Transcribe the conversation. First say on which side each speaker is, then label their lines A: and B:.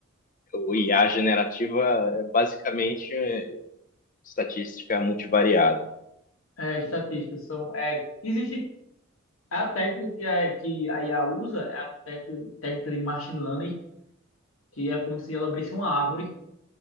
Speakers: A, on the left; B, on the left.
A: o IA generativa é basicamente é, estatística multivariada.
B: é estatísticas são é existe a técnica que a, que a IA usa é a técnica, técnica de machine learning que é como se ela abrisse uma árvore